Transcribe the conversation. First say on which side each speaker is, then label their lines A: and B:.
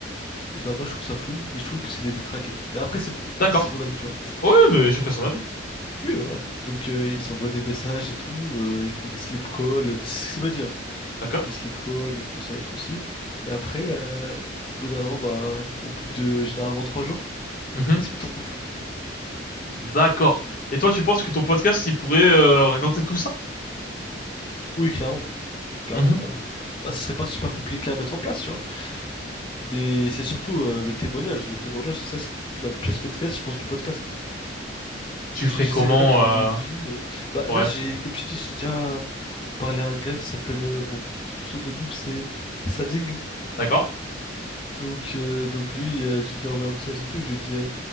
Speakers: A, on the left (about 25°); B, on the left (about 45°).
A: et ben moi je trouve ça fou et je trouve que c'est des détraqués. Mais après, c'est mon,
B: D'accord.
A: c'est mon avis, tu vois.
B: Oui, oui, mais chacun
A: Donc,
B: son avis.
A: oui, voilà. Donc, euh, ils s'envoient des messages et tout, euh, ils font des slip calls, de... c'est ce qu'il m'a dit, hein.
B: D'accord.
A: Des slip calls, ils font ça, ils font ci. Et après, euh, au bout d'un moment, bah, au bout de généralement trois jours,
B: Mhm.
A: ils se mettent en couple.
B: D'accord. Et toi, tu penses que ton podcast, il pourrait euh, raconter tout ça?
A: Oui, clairement. Clairement,
B: Mhm.
A: clairement. Bah, ce serait pas super compliqué à mettre en place, tu vois. Mais c'est surtout euh, le témoignage. Le témoignage, c'est ça, c'est la pièce maîtresse, je pense, du podcast.
B: Tu
A: Et
B: ferais
A: j'- J'essaierai
B: comment
A: même de ramener
B: euh,
A: une fille. euh. Bah
B: Ouais.
A: là, j'ai, comme je t'ai dit, j'ai déjà parlé à un gars qui s'appelle, euh, bon, son pseudonyme c'est Sading.
B: D'accord.
A: Donc, euh, donc lui, euh, j'ai déjà envoyé un message et tout. Et je lui ai dit, euh,